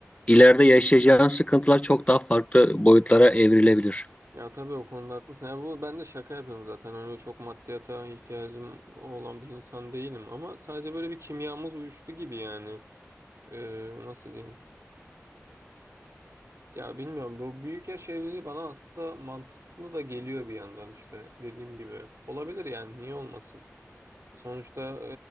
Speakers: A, on the left (about 25°); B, on the right (about 75°).
A: ileride yaşayacağın sıkıntılar çok daha farklı boyutlara evrilebilir.
B: ya tabii o konuda haklısın. Ya bu ben de şaka yapıyorum zaten. Öyle çok maddiyata ihtiyacım olan bir insan değilim ama sadece böyle bir kimyamız uyuştu gibi yani. Ee, nasıl diyeyim? Ya bilmiyorum bu büyük yaş evliliği bana aslında mantıklı da geliyor bir yandan işte dediğim gibi. Olabilir yani niye olmasın? Sonuçta